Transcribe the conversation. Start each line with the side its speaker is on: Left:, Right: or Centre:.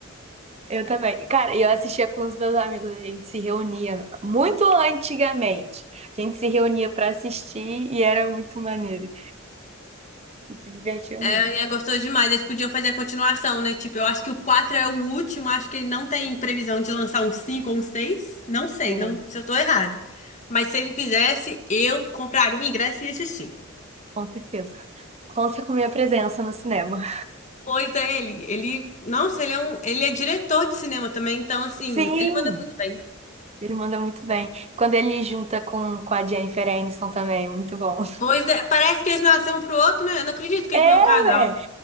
Right: eu também. Cara, eu assistia com os meus amigos, a gente se reunia muito antigamente. A gente se reunia pra assistir e era muito maneiro. Tem que se divertir
Left: É,
Right: muito.
Left: a gostou demais. Eles podiam fazer a continuação, né? Tipo, eu acho que o quatro é o último. Acho que ele não tem previsão de lançar um cinco ou um seis. Não sei,
Right: É,
Left: não, se eu tô errado. Mas se ele fizesse, eu compraria o ingresso e ia assistir.
Right: com certeza. Conta com minha presença no cinema.
Left: Pois é, ele, ele, nossa, ele é um, ele é diretor de cinema também, então assim,
Right: Sim,
Left: ele manda muito bem.
Right: ele manda muito bem. Quando ele junta com, com a Jennifer Aniston também, muito bom.
Left: Pois é, parece que eles nasceram um pro outro, né? Eu não acredito que
Right: É,
Left: eles não é um casal.
Right: velho,